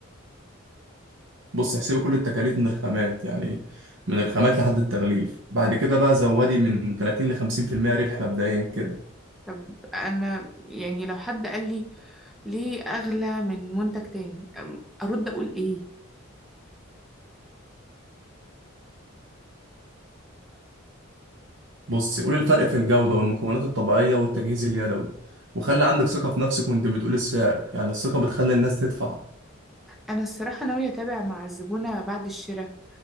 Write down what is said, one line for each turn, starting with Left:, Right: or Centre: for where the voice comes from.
Right: بص احسبي كل التكاليف من الخامات يعني من الخامات لحد التغليف بعد كده بقى زودي من 30 ل 50% ربح مبدئيا كده
Centre: طب انا يعني لو حد قال لي ليه اغلى من منتج تاني أم- ارد اقول ايه
Right: بص قول الفرق في الجودة والمكونات الطبيعية والتجهيز اليدوي وخلي عندك ثقة في نفسك وانت بتقول السعر يعني الثقة بتخلي الناس تدفع
Centre: أنا الصراحة ناوية أتابع مع الزبونة بعد الشراء